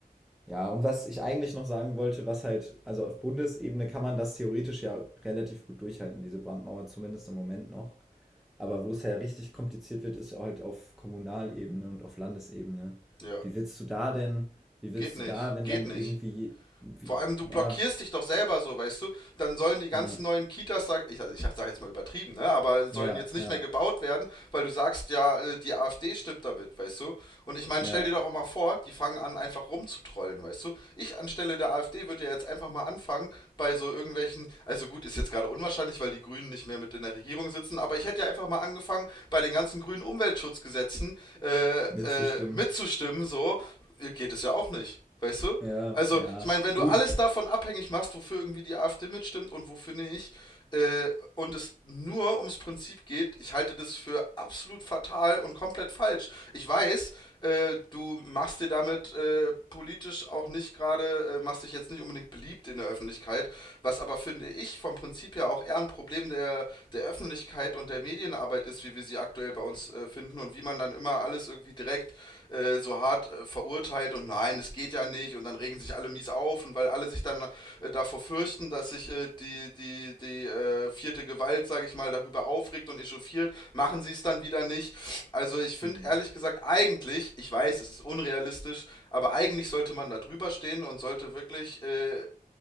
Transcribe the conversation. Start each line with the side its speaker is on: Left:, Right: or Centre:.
Centre: ja, und was ich eigentlich noch sagen wollte, was halt, also auf Bundesebene kann man das theoretisch ja relativ gut durchhalten, diese Brandmauer zumindest im Moment noch. Aber wo es ja richtig kompliziert wird, ist halt auf Kommunalebene und auf Landesebene.
Left: Ja,
Centre: Wie willst du da denn, wie willst
Left: geht nicht,
Centre: du da, wenn
Left: geht
Centre: dann
Left: nicht.
Centre: irgendwie, wie,
Left: Vor allem, du blockierst
Centre: ja,
Left: dich doch selber so, weißt du? Dann sollen die ganzen
Centre: ja,
Left: neuen Kitas, sag, ich, also ich sag jetzt mal übertrieben, ne? aber sollen
Centre: ja,
Left: jetzt nicht
Centre: ja,
Left: mehr gebaut werden, weil du sagst, ja, äh, die AfD stimmt damit, weißt du? Und ich meine,
Centre: ja,
Left: stell dir doch auch mal vor, die fangen an, einfach rumzutrollen, weißt du? Ich anstelle der AfD würde ja jetzt einfach mal anfangen, bei so irgendwelchen, also gut, ist jetzt gerade unwahrscheinlich, weil die Grünen nicht mehr mit in der Regierung sitzen, aber ich hätte ja einfach mal angefangen, bei den ganzen grünen Umweltschutzgesetzen äh,
Centre: mitzustimmen.
Left: äh, mitzustimmen, so, äh, geht es ja auch nicht, weißt du?
Centre: Ja,
Left: Also,
Centre: ja,
Left: ich meine, wenn
Centre: gut.
Left: du alles davon abhängig machst, wofür irgendwie die AfD mitstimmt und wofür nicht, äh, und es nur ums Prinzip geht, ich halte das für absolut fatal und komplett falsch. Ich weiß, äh, du machst dir damit äh, politisch auch nicht gerade, äh, machst dich jetzt nicht unbedingt beliebt in der Öffentlichkeit, was aber, finde ich, vom Prinzip her auch eher ein Problem der, der Öffentlichkeit und der Medienarbeit ist, wie wir sie sie aktuell bei uns äh, finden und wie man dann immer alles irgendwie direkt äh, so hart äh, verurteilt und nein, das geht ja nicht und dann regen sich alle mies auf und weil alle sich dann äh, davor fürchten, dass sich äh, die, die, die äh, vierte Gewalt, sage ich mal, darüber aufregt und echauffiert, machen sie es dann wieder nicht. Also ich finde
Centre: Hm.
Left: ehrlich gesagt eigentlich, ich weiß, es ist unrealistisch, aber eigentlich sollte man da drüber stehen und sollte wirklich äh,